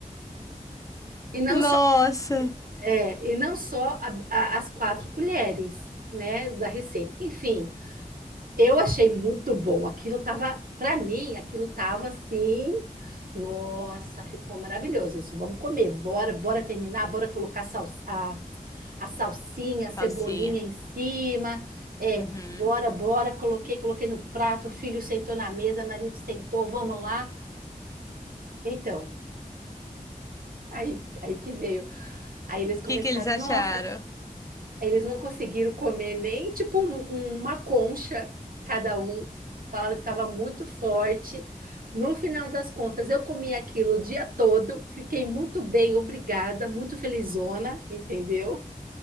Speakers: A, on the right; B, on the left.
A: E não
B: Nossa.
A: só, é, e não só a- a- as quatro colheres, né, da receita. Enfim, eu achei muito bom. Aquilo tava, para mim, aquilo tava assim. Nossa, ficou maravilhoso isso. Vamos comer. Bora, bora terminar, bora colocar sal, a, a salsinha, a cebolinha
B: Salsinha.
A: em cima. É,
B: Uhum.
A: bora, bora, coloquei, coloquei no prato, o filho sentou na mesa, o marido sentou, vamos lá. Então, aí, aí que veio. Aí eles começaram,
B: que que eles acharam?
A: nossa, Eles não conseguiram comer nem tipo um- um, uma concha cada um. Falaram que estava muito forte. No final das contas, eu comi aquilo o dia todo, fiquei muito bem, obrigada, muito felizona, entendeu?